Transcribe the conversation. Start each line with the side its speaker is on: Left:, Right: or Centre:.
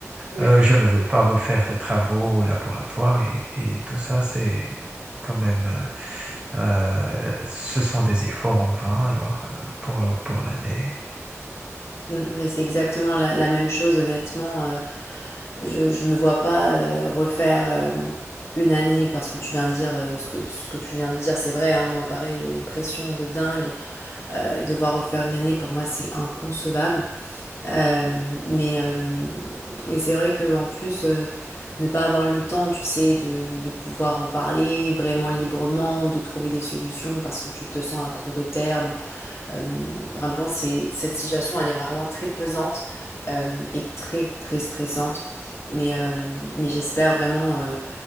Left: oui
Right: Euh, je ne veux pas refaire tes travaux au laboratoire et, et tout ça, c'est quand même, euh, euh, ce sont des efforts en vain alors euh, pour, euh, pour l'année.
Left: Mm, mm, Mais c'est exactement la, la même chose, honnêtement. euh, je, je me vois pas euh, refaire euh, une année parce que tu viens de dire euh, ce que, ce que tu viens de dire, c'est vrai. hein, moi, pareil, il y a une pression de dingue euh, et devoir refaire une année pour moi, c'est inconcevable. Euh, mais euh, mais c'est vrai que en plus. euh, ne pas avoir le temps, tu sais, de, de pouvoir en parler vraiment librement ou de trouver des solutions parce que tu te sens à court de terme euh, vraiment, c'est, cette situation, elle est vraiment très pesante euh, et très, très stressante. Mais, euh, mais j'espère vraiment euh,